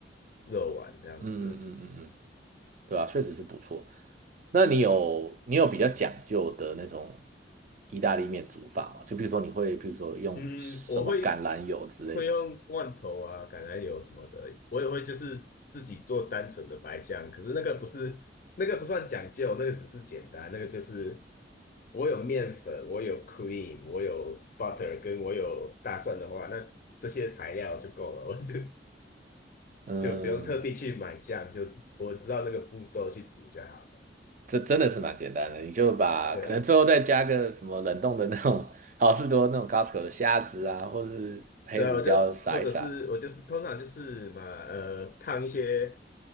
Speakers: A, on the left; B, on the right.
A: 肉丸这样子。
B: 嗯嗯嗯嗯，对啊，确实是不错。那你有你有比较讲究的那种意大利面煮法吗？就比如说你会，比如说用什么橄榄油之类的。
A: 嗯，我会会用罐头啊、橄榄油什么的，我也会就是自己做单纯的白酱，可是那个不是那个不算讲究，那个只是简单，那个就是我有面粉，我有 cream，我有 butter，跟我有大蒜的话，那这些材料就够了，我就
B: 嗯，
A: 就不用特地去买酱，就我知道那个步骤去煮就好了。
B: 这真的是蛮简单的，你就把可能最后再加个什么冷冻的那种好事多那种
A: 对啊，
B: Costco 的虾子啊，或者是黑胡椒撒一撒，
A: 对啊，我就或者是我就是通常就是嘛，呃，烫一些